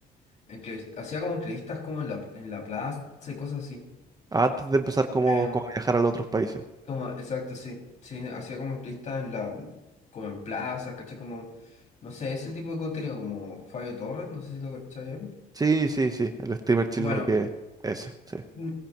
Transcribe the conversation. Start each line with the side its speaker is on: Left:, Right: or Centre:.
Left: entrevist- hacía como entrevistas como en la, en la plaza y cosas así.
Right: antes de empezar como,
Left: Eh,
Right: como a viajar a los otros países.
Left: como, exacto, sí. Sí, hacía como entrevistas en la, como en plazas, caché, como, no sé, ese tipo de contenido, como Fabio Torres, no sé si lo cachai él.
Right: Sí, sí, sí, el streamer chileno
Left: Bueno,
Right: que ese, sí,
Left: mm,